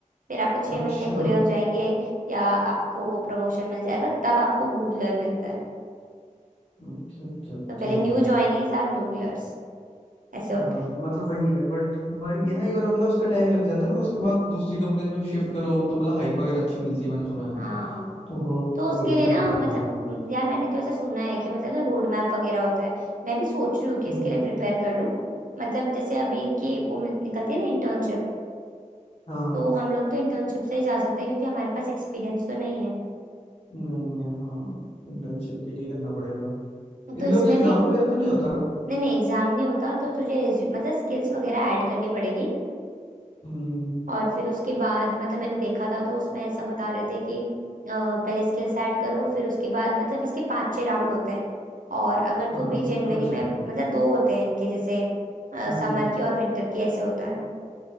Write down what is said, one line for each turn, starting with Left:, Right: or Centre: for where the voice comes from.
Right: फिर आपको छह
Left: अच्छा
Right: महीने पूरे हो जाएंगे या आपको प्रमोशन मिल जाएगा तब आपको गूगलर मिलता है
Left: Okay okay okay
Right: तो पहले न्यू ज्वाइनीज आर नूगलर्स ऐसे होता
Left: हाँ
Right: है
Left: मतलब वही है बट ये ना एक बार मतलब उसका टैग लग जाता है ना तो उसके बाद दूसरी कंपनी में शिफ्ट करो तो मतलब हाइक वगैरह अच्छी मिलती है मैंने सुना है
Right: हाँ
Left: तो वो
Right: तो
Left: तो
Right: उसके
Left: वही ट्राई
Right: लिए ना
Left: कर रहा
Right: मतलब
Left: हूँ थोड़ा
Right: म, यार मैंने तो ऐसे सुना है कि मतलब ना रोड मैप वगैरह होता है मैं भी सोच रही हूँ कि
Left: हम्म
Right: इसके लिए प्रिपेयर कर लूँ मतलब जैसे अभी इनकी वो मिल- निकलती है ना इंटर्नशिप
Left: हाँ
Right: तो हम लोग तो इंटर्नशिप से ही जा सकते हैं क्योंकि हमारे पास एक्सपीरियंस तो नहीं है
Left: नहीं है हाँ इंटर्नशिप के लिए करना पड़ेगा इन
Right: तो इसमें
Left: लोग भी एग्जाम
Right: भी
Left: वगैरह तो नहीं होता ना
Right: नहीं नहीं एग्जाम नहीं होता तो तुझे रेज्यू- मतलब स्किल्स वगैरह ऐड करनी पड़ेगी
Left: हम्म
Right: और फिर उसके बाद मतलब मैंने देखा था तो उसमें ऐसा बता रहे थे कि अ, पहले स्किल्स ऐड करो फिर उसके बाद मतलब इसके पांच छह राउंड होते हैं और अगर तो
Left: हाँ
Right: अभी
Left: ये
Right: जनवरी
Left: तो मैंने सुना
Right: में मतलब
Left: है।
Right: दो होते हैं इनके जैसे
Left: हम्म
Right: समर की और विंटर की ऐसे होता है